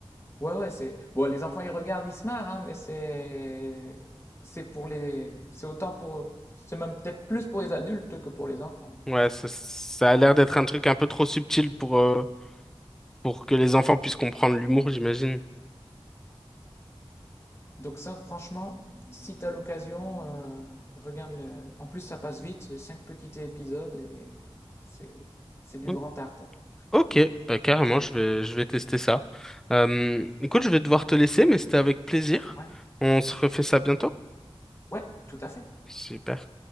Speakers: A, on the left (about 25°); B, in the centre.
A: Ouais, ouais, c'est bon les enfants ils regardent, ils se marrent, hein, mais c'est c'est pour les c'est autant pour c'est même peut-être plus pour les adultes que pour les enfants.
B: Ouais, ça, ça a l'air
A: C'est
B: d'être un truc un peu trop subtil pour, euh, pour que les enfants puissent comprendre l'humour, j'imagine.
A: donc ça franchement, si t'as l'occasion, heu, regarde le en plus ça passe vite, c'est 5 petits épisodes et c'est c'est du
B: Mm.
A: grand art pour moi.
B: Ok, bah carrément, je vais, je vais tester ça. Hum, écoute, je vais devoir te laisser, mais c'était avec plaisir.
A: Ouais,
B: On se refait ça bientôt.
A: ouais, tout à fait.
B: Super.